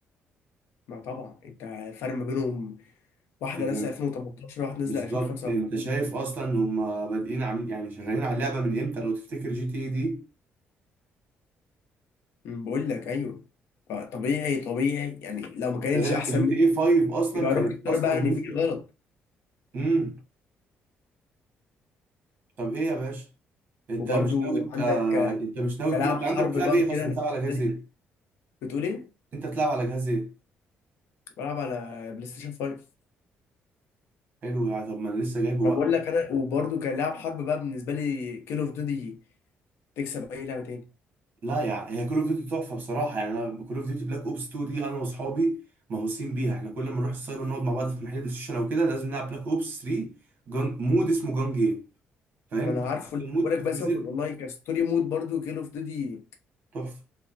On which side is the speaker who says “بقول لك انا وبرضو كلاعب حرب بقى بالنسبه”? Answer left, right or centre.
Left